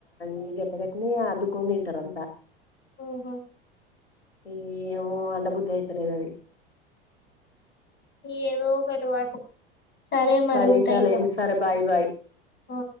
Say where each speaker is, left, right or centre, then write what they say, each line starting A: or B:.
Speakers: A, on the left; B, on the left.
A: ఈ గట్ట గట్టనే అద్దుకొని తింటారు అంతా
B: ఊహ
A: ఈ ఏమో వండబుద్ధి అయితలేదు అది
B: ఈ ఏదో ఒకటి పాకు సరే మరి
A: పది
B: ఉంటా
A: నిమిషాలు
B: ఇగ
A: అయింది సరే బాయ్ బాయ్
B: ఆ